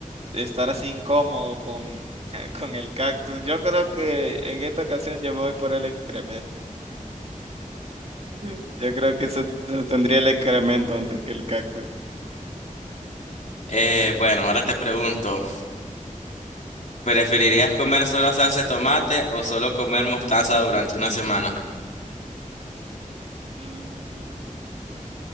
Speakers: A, on the right (about 50°); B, on the left (about 60°).
A: estar así incómodo con, <laughs> con el cactus. Yo creo que en esta ocasión yo me voy por el excremento. Mm. Yo creo que eso, eso tendría el excremento antes que el cactus.
B: Eh, bueno, ahora te pregunto, ¿preferirías comer solo salsa de tomate o solo comer mostaza durante una semana?
A: Mm,